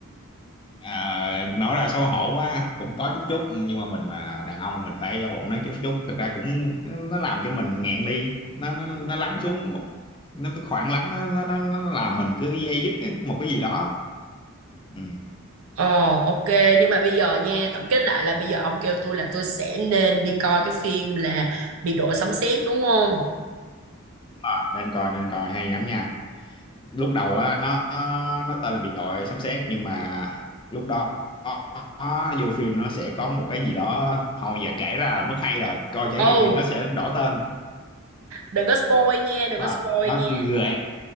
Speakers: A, on the left; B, on the right.
A: À, nói ra xấu hổ quá cũng có chút chút nhưng mà mình mà đàn ông mình phải giả bộ nói chút chút thực ra cũng nó, nó làm cho mình nghẹn đi nó nó nó lắng xuống một nó cứ khoảng lắng nó nó nó, nó làm mình cứ dây dứt á, một cái gì đó ừ.
B: ờ ok nhưng mà bây giờ nha tổng kết lại là bây giờ ông kêu tôi là tôi sẽ nên đi coi cái phim là Biệt đội sấm sét đúng không
A: Rồi, nên coi nên coi hay lắm nha lúc đầu á nó nó tên là biệt đội sấm sét nhưng mà lúc đó nó, vô phim nó sẽ có một cái gì đó thôi giờ kể ra là mất hay rồi coi trải
B: ừ
A: nghiệm đi nó sẽ đổi tên
B: đừng có spoil nha đừng
A: và
B: có spoil
A: nó
B: nha
A: gợi